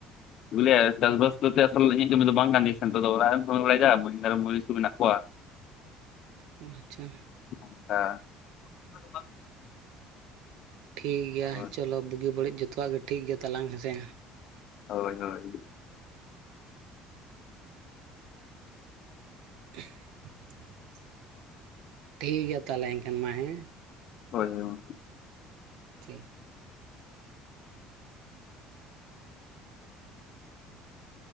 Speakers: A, on the left; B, on the right.
A: ᱵᱩᱞᱮ ᱪᱟᱥ ᱵᱟᱥ ᱫᱚ ᱟᱥᱚᱞ ᱤᱧ ᱠᱟᱹᱢᱤ ᱫᱚ ᱵᱟᱝ ᱠᱟᱱ ᱛᱤᱧ ᱥᱮ ᱱᱤᱛᱚᱜ ᱫᱚ ᱚᱲᱟᱜ ᱨᱮᱢ ᱠᱟᱢᱤ ᱵᱟᱲᱟᱭᱟ ᱡᱟ ᱟᱨ ᱢᱩᱱᱤᱥ ᱠᱚ ᱢᱮᱱᱟᱜ ᱠᱚᱣᱟ᱾
B: ᱚ ᱟᱪᱪᱷᱟ᱾
A: ᱚᱱᱠᱟ <inaudible>
B: ᱴᱷᱤᱠ ᱜᱮᱭᱟ
A: ᱦᱳᱭ
B: ᱪᱚᱞᱚ ᱵᱩᱜᱤ ᱵᱟᱹᱲᱤᱡ ᱡᱚᱛᱚᱣᱟᱜ ᱜᱮ ᱴᱷᱤᱠ ᱜᱮᱭᱟ ᱛᱟᱞᱟᱝ ᱦᱮᱸᱥᱮ᱾
A: ᱦᱚᱭ ᱦᱚᱭ᱾
B: <inaudible> ᱴᱷᱤᱠ ᱜᱮᱭᱟ ᱛᱟᱦᱚᱞᱮ ᱮᱱᱠᱷᱟᱱ ᱢᱟ ᱦᱮᱸ᱾
A: ᱦᱳᱭ ᱦᱳᱭ ᱢᱟ᱾
B: ᱴᱷᱤᱠ᱾